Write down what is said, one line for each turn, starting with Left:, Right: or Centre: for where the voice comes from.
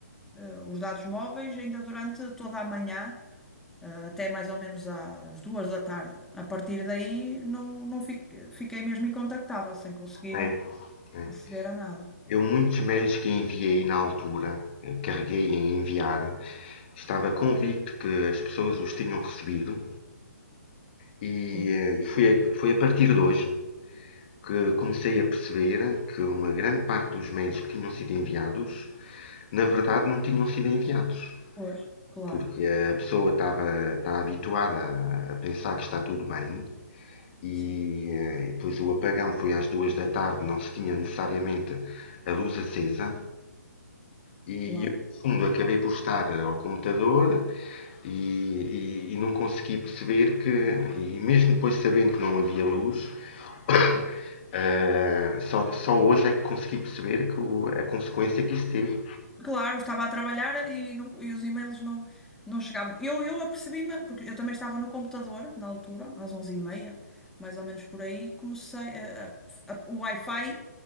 Centre: eh, os dados móveis, ainda durante toda a manhã. eh, até mais ou menos às duas da tarde. A partir daí não, não fique- fiquei mesmo incontactável, sem conseguir
Left: é, é.
Centre: aceder a nada.
Left: Eu, muitos mails que enviei na altura, carreguei em enviar, estava convicto que as pessoas os tinham recebido, e,
Centre: Sim,
Left: eh, e foi, a- foi a partir de hoje que comecei a perceber que uma grande parte dos mails que tinham sido enviados, na verdade, não tinham sido enviados.
Centre: pois, claro,
Left: porque a pessoa estava está habituada a pensar que está tudo bem e
Centre: sim,
Left: eh, depois o apagão foi às duas da tarde, não se tinha necessariamente a luz acesa e
Centre: claro.
Left: eu, no fundo, acabei por estar ao computador e, e- e não consegui perceber que, e mesmo depois sabendo que não havia luz, <coughs> eh, só, só hoje é que consegui perceber que o- a consequência que isso teve.
Centre: Claro, estava a trabalhar e, não- e os e-mails não, não chegavam. Eu, eu apercebi-me, porque eu também estava no computador na altura, às onze e meia, mais ou menos por aí, comecei, a- a- a- o Wi-Fi